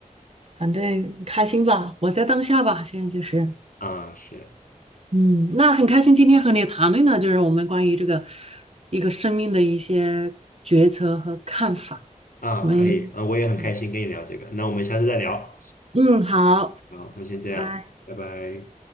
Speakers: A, on the right; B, on the left.
A: 反正开心吧，活在当下吧。现在就是，
B: <laughs> 啊是
A: 嗯，那很开心今天和你谈论的就是我们关于这个一个生命的一些决策和看法。
B: 啊，
A: 我们嗯，
B: 可以啊，我也很开心跟你聊这个，那我们下次再聊。
A: 嗯好，
B: 好，那先这样，
A: 拜拜。
B: 拜拜。